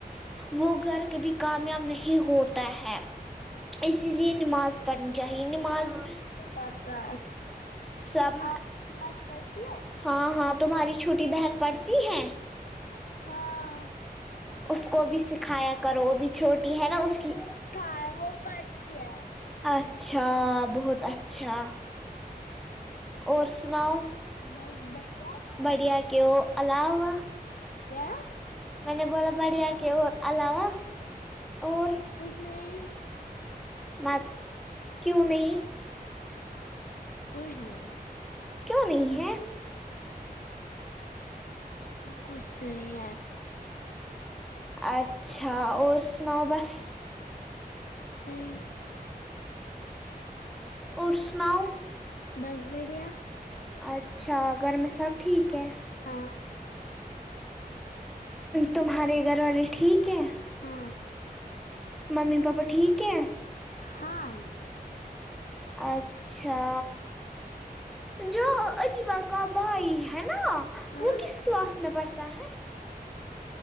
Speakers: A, in the centre; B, on the left.
A: وہ گھر کبھی کامیاب نہیں ہوتا ہے اسی لیے نماز پڑھنی چاہیے نماز
B: پتا
A: سب
B: آپ نماز پڑھتی ہو
A: ہاں ہاں تمہاری چھوٹی بہن پڑھتی ہیں
B: ہاں
A: اس کو بھی سکھایا کرو وہ بھی چھوٹی ہے
B: میں
A: نا
B: وہ
A: اس کی
B: وہ پڑھتی ہے
A: اچھا بہت اچھا اور سناؤ
B: بس بڑھیا
A: بڑھیا کیو الاؤا
B: کیا
A: میں نے بولا بڑھیا کے اور علاوہ اور
B: کچھ نہیں
A: م کیوں نہیں
B: کچھ نہیں
A: کیوں نہیں ہے
B: کچھ نہیں ہے
A: اچھا اور سناؤ بس
B: نہیں
A: اور سناؤ
B: بس بیڈیا
A: اچھا گھر میں سب ٹھیک ہے
B: ہاں
A: تمہارے گھر والے ٹھیک ہے
B: ہاں
A: ممی پاپا ٹھیک ہے
B: ہاں
A: اچھا جو ادیبہ کا بھائی ہے نا
B: ہاں
A: وہ کس کلاس میں پڑھتا ہے